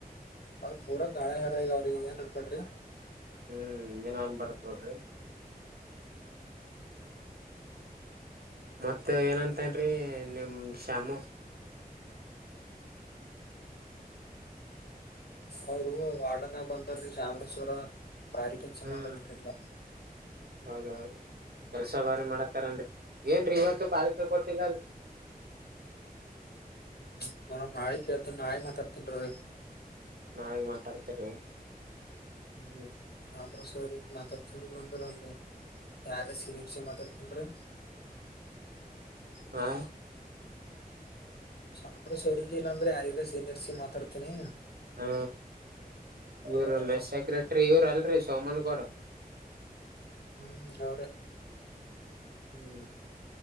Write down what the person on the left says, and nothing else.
ಅವ್ರ ಪೂರ ಗಳಿ ಹಾರ ಈಗ ಅವ್ರಿಗೆ ಏ ಅಂನ್ಬಡ್ರಿ.
ಅವರು ವಾಡನ ಬಂದಾರೀ ಚಾಮೇಶ್ವರ ಭಾರಿ ಕೆಲ್ಸ
ಮಾಡತ್ರ್ರಲ್ಲ.
<unintelligible> ಮಾತಾಡ್ತನ್ ನೋರಿ.
ಅದ್ರ ಸರಿ ಈಗ್ ಮಾತಾಡ್ತನಿ ಇಲ್ಲಂದ್ರ ಅಲ್ಲಿ ಯಾರ ಸಿನರ್ ಸಿ ಮಾತಾಡ್ತನ್ರೀ.
ಸಾಂಬ್ರ ಸರಿ ಲಿಲ್ಲಾಂದ್ರೆ ಆಯದ ಸೀನಿಯರ್ಸಿಗ್ ಮಾತಾಡ್ತೀನಿ.
ಹ್ಮ್ ಅವ್ರೆ.